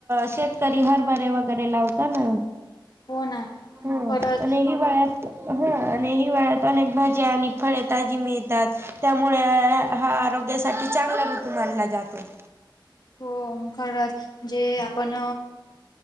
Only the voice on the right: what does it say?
शेतकरी हरभरे वगैरे लावत ना.
ह
आणिही हि वा ळ्यात हा आणि हिवाळ्यात अनेक भाज्या आणि फळे ताजी मिळतात त्यामुळे हा आरोग्यासाठी चांगला ऋतू मानला जातो.